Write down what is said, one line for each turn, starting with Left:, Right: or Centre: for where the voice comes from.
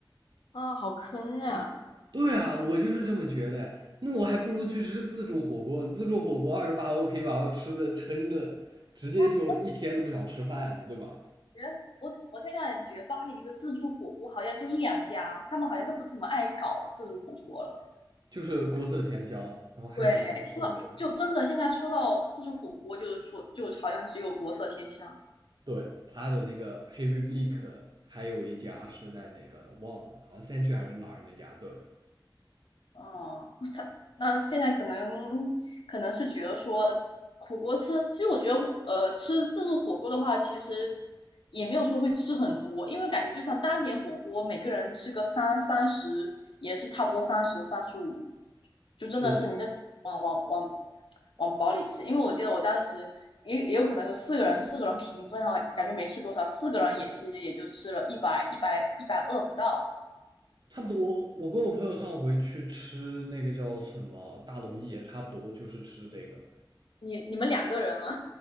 Left: 啊，好坑啊！
Right: 对啊，我就是这么觉得呀。那我还不如去吃自助火锅，自助火锅二十八欧可以把我吃的撑着，直接就一天都不想吃饭了，
Left: 但是哎，
Right: 对吧？
Left: 觉得我我现在感觉巴黎的自助火锅好像就一两家，他们好像都不怎么爱搞自助火锅了。
Right: 就是国色天香，然后还有一家是
Left: 对，就真的现在说到自助火锅，就是说就好像只有国色天香。
Right: 对，他的那个 h e r y b l e a 还有一家是在哪个忘了，好像三区还是哪儿那家，对，
Left: 哦，他那现在可能可能是觉得说火锅吃，其实我觉得火呃吃自助火锅的话，其实也没有说会吃很多，因为感觉就算单点火锅，每个人吃个三三十也是差不多三十三十五，就真的是你这往往往
Right: 对，
Left: 往饱里吃。因为我记得我当时也也有可能是四个人四个人平分，然后感觉没吃多少，四个人也其实也就吃了一百一百一百二不到。
Right: 差不多。我跟我朋友上回去吃那个叫什么大龙记，也差不多就是吃这个。
Left: 你你们两个人吗？